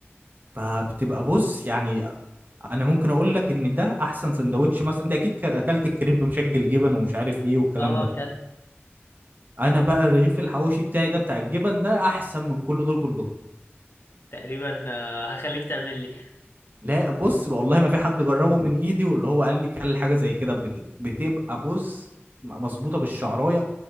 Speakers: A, on the right (about 45°); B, on the left (about 60°).
A: فبتبقى بص يعني انا ممكن اقول لك ان ده احسن سندوتش مثلا انت اكيد ك- اكلت الكريب مشكل جبن ومش عارف ايه والكلام
B: اه
A: ده
B: كانت
A: انا بقى الرغيف الحواوشي بتاعي ده بتاع الجبن ده احسن من كل دول كلهم
B: تقريبا آه، هخليك تعمل لي
A: لا بص والله ما في حد جربه من ايدي واللي هو قال لي كل حاجه زي كده قبل كده بتبقى بص مظبوطه بالشعرايه